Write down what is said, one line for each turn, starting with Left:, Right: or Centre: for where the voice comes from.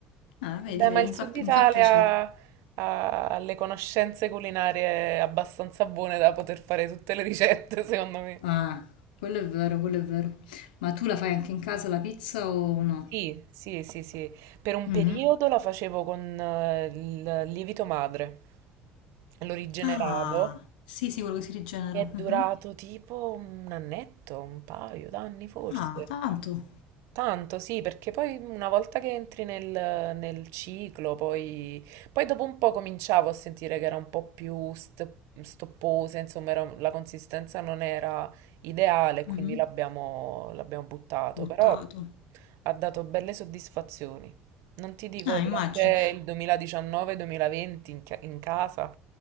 Left: ah,
Right: Vabbè,
Left: vedi,
Right: ma
Left: vedi,
Right: il
Left: mi
Right: Sud
Left: fa, pi-
Right: Italia
Left: mi fa piacere.
Right: ha le conoscenze culinarie abbastanza buone da poter fare tutte le ricette, <laughs> secondo me.
Left: Ah, quello è vero, quello è vero. Ma tu la fai anche in casa la pizza o no?
Right: Sì, sì, sì, sì. Per un
Left: Mhm.
Right: periodo la facevo con eh, il lievito madre. Lo rigeneravo.
Left: Ah, sì, sì, quello che si rigenera.
Right: Mi è
Left: Mhm.
Right: durato tipo un annetto, un paio d'anni forse.
Left: Ah, tanto.
Right: Tanto, sì, perché poi una volta che entri nel, nel ciclo, poi, poi dopo un po' cominciavo a sentire che era un po' più st- stopposa, insomma, era- la consistenza non era ideale, quindi
Left: Mhm.
Right: l'abbiamo l'abbiamo buttato,
Left: Buttato.
Right: però ha dato belle soddisfazioni. Non ti dico,
Left: Ah,
Right: durante
Left: immagino.
Right: il 2019-2020 in, ca- in casa